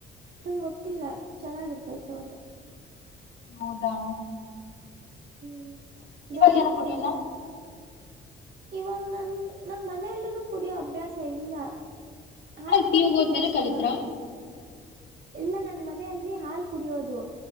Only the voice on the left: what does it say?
ಹೌದಾ.
ಇವಾಗ
ಏನು ಕುಡಿಯಲ್ಲ
ಅಲ್ಲಿ ಪಿ
ಯು ಹೋದ್ಮೇಲೆ
ಕಲಿತ್ರಾ